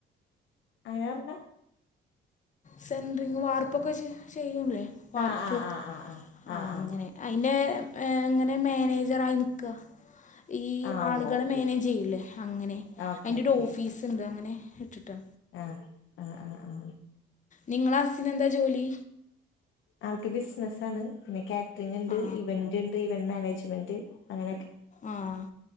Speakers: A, on the left (about 75°); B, on the left (about 40°).
A: അങ്ങനെ പറഞ്ഞ
B: സെന്ററിങ് വാർപ്പൊക്കെ ചെയ്യുംല്ലേ വാർപ്പ്
A: ആഹ് ആഹ് ആഹ് ആഹ്
B: ആ
A: ആഹ് ആഹ്
B: അങ്ങനെ
A: ആഹ്
B: അതിന്റെ എ ഇങ്ങനെ മാനേജറ ആയി നിൽക്കുക ഈ
A: ആഹ്
B: ആളുകളെ
A: ഓ ഓക്കെ
B: മാനേജ് ചെയ്യൂല്ലേ അങ്ങനെ
A: ഓക്കെ
B: അതിന്റെ
A: ഓക്കെ
B: ഒരു ഓഫീസ് ഉണ്ട് അങ്ങനെ ഇട്ടിട്ടാ
A: ആഹ് ആഹ ആഹ ആഹ
B: നിങ്ങളെ ഹസിന് എന്താ ജോലി
A: ആൾക്ക് ബിസിനസ്സ് ആണ് പിന്നെ കാറ്ററിങ് ഉണ്ട്
B: ആ
A: ഈവൻ ണ്ട് ഇവന്റ് മാനേജ്മെന്റ് അങ്ങനെയൊക്കെ
B: ആഹ്